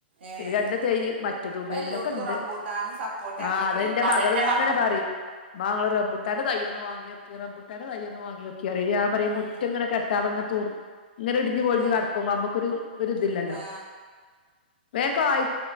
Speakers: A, on the right (about 80°); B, on the left (about 60°).
A: ഏ
B: പിന്നെ രണ്ട്
A: ഇപ്പം
B: തേ മറ്റ റ്റതുണ്ട് അയ്
A: എല്ലോടത്തും
B: മേലൊക്കെ ഉണ്ട്
A: റംബൂട്ടാനും സപ്പോട്ട അങ്ങനെ
B: ആഹ്
A: ഇവിടെ
B: അതെന്റെ
A: ഇല്ല അങ്ങനത്തെ
B: മകൾ ഇങ്ങനെ
A: സാധനങ്ങൾ
B: പറയും ഉമ്മാങ്ങള് റബുട്ടാന്റെ തൈയൊന്ന് വാങ്ങിയോക്ക് റബുട്ടാന്റെ തൈയ്യൊന്ന് വാങ്ങിയക്ക് റിയ ഞാൻ പറയും
A: ഉം
B: മുറ്റങ്ങനെ കെട്ടാതിങ്ങനെ അതങ്ങെ തൂർ ഇങ്ങന ഇടിഞ്ഞ് പൊളിഞ്ഞ്
A: ആ
B: കടക്കുമ്പോ നമുക്കൊരു ഒരിതില്ലല്ലോ
A: ആ
B: വേഗം കായ്